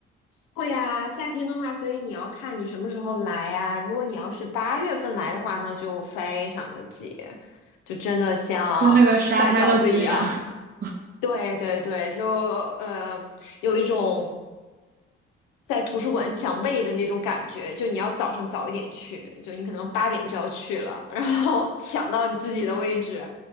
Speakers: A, on the left; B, on the right.
A: 会呀，夏天的话，所以你要看你什么时候来啊。如果你要是八月份来的话，那就非常的挤，就真的像下饺子一样。
B: 就那个沙滩都挤满了。<laughs>
A: 对对对，就呃有一种在图书馆抢位的那种感觉，就你要早上早一点去，就你可能八点就要去了，然后 <laughs> 抢到你自己的位置。